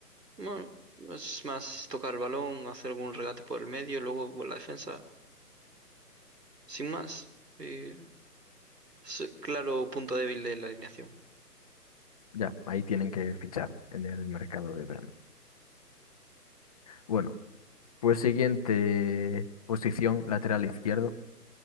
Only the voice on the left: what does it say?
Ya, ahí tienen que fichar en el mercado de verano. Bueno, pues siguiente posición, lateral izquierdo,